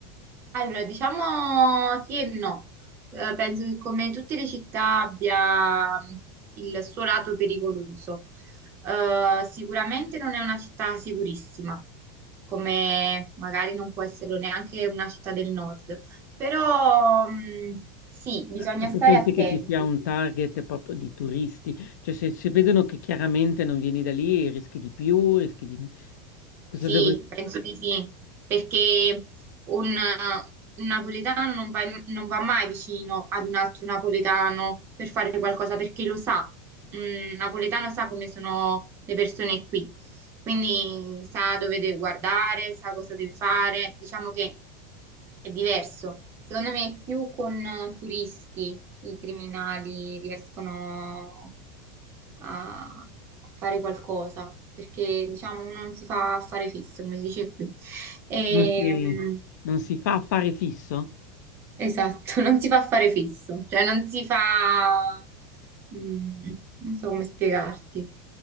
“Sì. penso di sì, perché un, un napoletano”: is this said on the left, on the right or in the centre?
Right